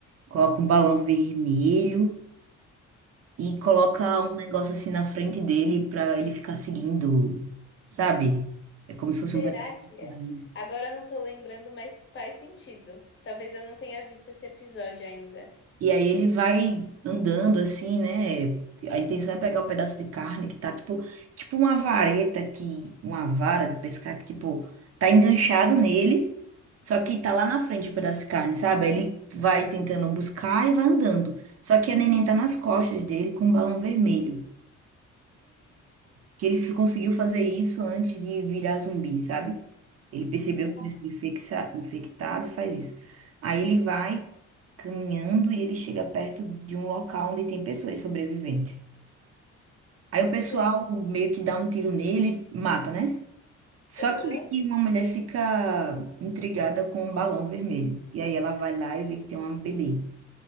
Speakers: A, on the right; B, on the left.
A: coloca um balão vermelho e coloca um negócio assim na frente dele pra ele ficar seguindo, sabe? É como se fosse
B: Será
A: um pedaço.
B: que
A: de
B: é?
A: carne.
B: Agora eu não tô lembrando, mas faz sentido. Talvez eu não tenha visto esse episódio ainda.
A: E aí ele vai andando assim, né? A intenção é pegar o pedaço de carne que tá tipo, tipo uma vareta que, uma vara de pescar que tipo tá enganchado nele, só que tá lá na frente o pedaço de carne, sabe? Aí ele vai tentando buscar e vai andando. Só que a neném tá nas costas dele com um balão vermelho que ele fi- conseguiu fazer isso antes de virar zumbi, sabe? Ele percebeu que
B: Nossa,
A: tinha sido infexa- infectado e faz isso. Aí ele vai caminhando e ele chega perto de um local onde tem pessoas sobreviventes. Aí o pessoal
B: sei.
A: meio que dá um tiro nele e mata, né? Só
B: Aham.
A: que aí uma mulher fica intrigada com um balão vermelho. E aí ela vai lá e vê que tem uma bebê.